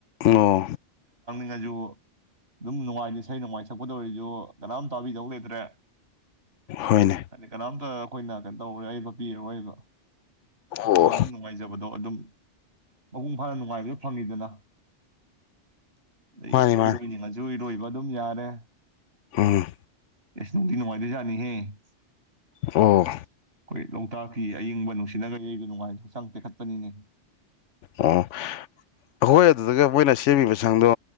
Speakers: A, on the left; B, on the right.
A: ꯑꯣ
B: ꯑꯩꯅꯁꯨ ꯑꯗꯨꯝ ꯅꯨꯡꯉꯥꯏꯖ ꯏꯁꯩ ꯅꯨꯡꯉꯥꯏ ꯁꯛꯄꯗꯣꯔꯤꯁꯨ ꯀꯅꯥꯝ ꯇꯥꯕꯤꯗꯧ ꯂꯩꯇ꯭ꯔꯦ
A: ꯍꯣꯏꯅꯦ
B: ꯑ ꯀꯅꯥꯝ ꯑꯩꯈꯣꯏꯅ ꯀꯩꯅꯣ ꯇꯧꯔꯣꯏ ꯑꯩꯕ ꯄꯤꯔꯔꯣꯏꯕ
A: ꯑꯣ
B: ꯑꯩꯈꯣꯏꯗꯪ ꯅꯨꯡꯉꯥꯏꯖꯕꯗꯣ ꯑꯗꯨꯝ ꯃꯄꯨꯡ ꯐꯥꯅ ꯅꯨꯡꯉꯥꯏꯕꯗꯣ ꯐꯪꯉꯤꯗꯅ ꯑꯩ
A: ꯃꯥꯅꯤ ꯃꯥꯅꯤ
B: ꯏꯔꯣꯏꯅꯤꯉꯥꯖꯨ ꯏꯔꯣꯏ ꯑꯗꯨꯝ ꯌꯥꯔꯦ
A: ꯎꯝ
B: ꯑꯦꯁ ꯅꯨꯡꯗꯤ ꯅꯨꯡꯉꯥꯏꯗꯣꯏꯖꯥꯅꯤꯍꯦ ꯑꯩꯈꯣꯏ
A: ꯑꯣ
B: ꯂꯣꯛꯇꯥꯛꯀꯤ ꯑꯏꯪꯕ ꯅꯨꯡꯁꯤꯅꯒ ꯑꯩꯕꯨ ꯅꯨꯡꯉꯥꯏꯅ ꯍꯛꯆꯥꯡ ꯇꯦꯛꯈꯠꯄꯅꯤꯅꯦ
A: ꯑꯣ ꯑꯩꯈꯣꯏ ꯑꯗꯨꯗꯒ ꯃꯣꯏꯅ ꯁꯤ ꯁꯦꯝꯃꯤꯕ ꯁꯪꯗꯣ